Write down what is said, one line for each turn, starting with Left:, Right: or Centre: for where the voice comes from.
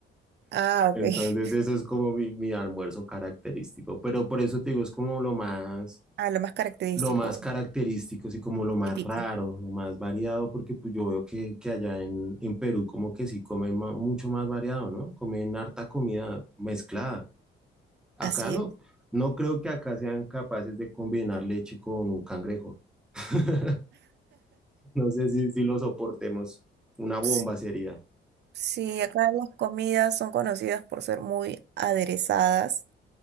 Right: Ah, ok.
Centre: Entonces
Right: <laughs>
Centre: eso es como mi, mi almuerzo característico, pero por eso te digo, es como lo más
Right: Ah, lo más característico,
Centre: lo más característico, y como
Right: lo más
Centre: lo más
Right: típico.
Centre: raro, lo más variado, porque pues yo veo que, que allá en, en Perú como que sí comen ma- mucho más variado, ¿no? Comen harta comida mezclada. Acá
Right: Así
Centre: no,
Right: es.
Centre: no creo que acá sean capaces de combinar leche con un cangrejo. <laughs> No sé si, si lo soportemos. Una bomba
Right: Ps-
Centre: sería.
Right: Sí, acá las comidas son conocidas por ser muy aderezadas